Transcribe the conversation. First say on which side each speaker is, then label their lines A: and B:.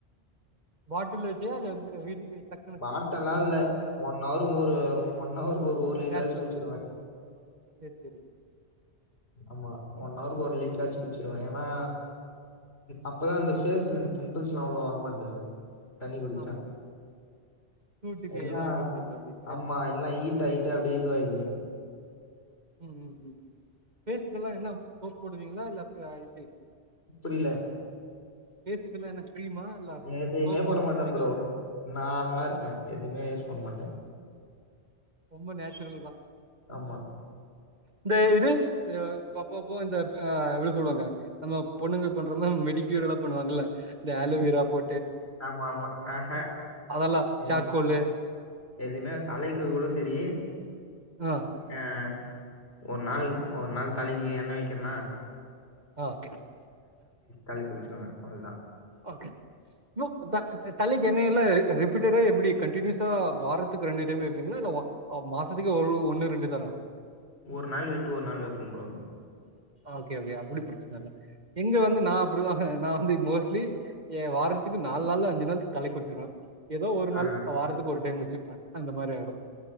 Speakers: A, on the right; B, on the left.
A: பாட்டில்ல வச்ச அல்லது வீட் த
B: பாட்டெல்லாம் இல்ல ஒன் ஹவரு ஒரு ஒன் ஹவருக்கு ஒரு ஒரு லிட்டராச்சு
A: கிளாஸ்ல
B: குடிச்சிருவேன்
A: சேரி சேரி
B: ஆமா ஒன் ஹவருக்கு ஒரு லிட்டரா ஆச்சு குடிச்சிருவேன் ஏன்னா அப்பதான் அந்த ஃபேஸ்ல இந்த பிம்பிள்ஸ் எல்லாம் அவ்ளவு வராமா இருந்தது தண்ணி குடிச்சா
A: ஆமாமா சூட்டுக்கு
B: எல்லா
A: இதாயிடுன்றீங்களா உங்களுக்கு
B: ஆமா எல்லா ஈத்த ஈத்த அப்டியே இதுவாயிது ம்
A: உம் உம் ம் ஃபேஸுகெல்லா என்ன சோப் போடுவீங்களா இல்ல அப்டி எப்டி
B: புரில
A: ஃபேஸுக்கெல்லா என்ன கிரீமா இல்ல
B: எதுவுமே
A: சோப்பு
B: போட
A: யூஸ்
B: மாட்டே
A: பண்ணுவீங்களா
B: ப்ரோ நார்மலா இருப்பே
A: ஆ
B: எப்பவுமே மாட்டே
A: ரொம்ப நேச்சுரல் தா
B: ஆமா
A: இந்த இது இந்த பப்பப்போ இந்த எட எப்டி சொல்லுவாங்க நம்ம பொண்ணுங்க பண்றமாரி மெடி <unintelligible> ல்லாம் பண்ணுவாங்களல்ல இந்த ஆல் டாபு
B: ஆமா ஆமா ஆஹ் ஹ
A: அதெல்லா
B: எது
A: சார்கோலு
B: எதுவுமே தலைக்கு கூட செரி
A: ஆ
B: ஆஹ் ஒரு நாள் ஒரு நாள் தலைக்கு என்ன வைக்கனா
A: ஓக்கே
B: தலை குளிச்சிருவே அவ்ளோதா
A: ஓக்கே புக் பாக்குறது தலைக்கு எண்ணையல ரிப்பீட்டடா எப்டி கண்டினியூஸா வாரத்துக்கு ரெண்டு டைம் வைப்பீங்களா இல்ல வ மாசத்துக்கு ஒ ஒரு ஒண்ணு ரெண்டு தானா
B: ஒரு நாள் விட்டு ஒரு நாள் வைப்பே ப்ரோ
A: ஓக்கே ஓக்கே அப்டி பிரச்சன இல்ல இங்க வந்து ந பொதுவாக நா அப்டி மோஸ்லி ஏ வாரத்துக்கு நாலு நாள் அஞ்சு நாள் தலைக்குளிசிடுவே ஏதோ ஒரு
B: ஆ
A: நாள் வாரத்துக்கு ஒரு டைம் வச் ஆ அந்த மாரி ஆயிடும்